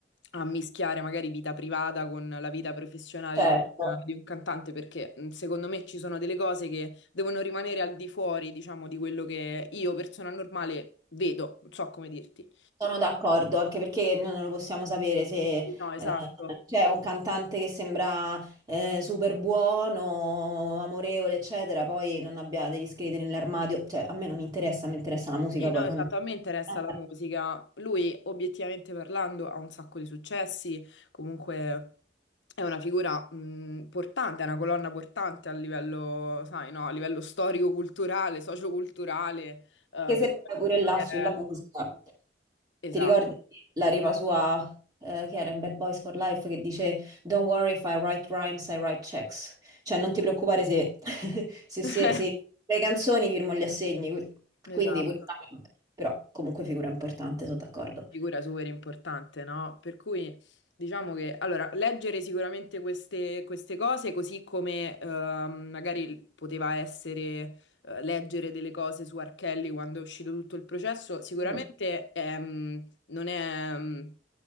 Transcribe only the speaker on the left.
a mischiare magari vita privata con la vita professionale
di, di un cantante, perché mh, secondo me ci sono delle cose che devono rimanere al di fuori, diciamo, di quello che io, persona normale, vedo, non so come dirti.
No, esatto.
Sì, no,
esatto,
a me interessa la musica. Lui, obiettivamente parlando, ha un sacco di successi, comunque è una figura mh, portante, è una colonna portante a livello, sai, no, a livello storico-culturale, socioculturale, eh,
per
quello
che
è.
Esatto,
<laughs>
esatto.
figura super importante, no? Per cui diciamo che allora, leggere sicuramente queste, queste cose, così come ehm, magari poteva essere eh, leggere delle cose su Archelli quando è uscito tutto il processo, sicuramente
ehm, non è, mm,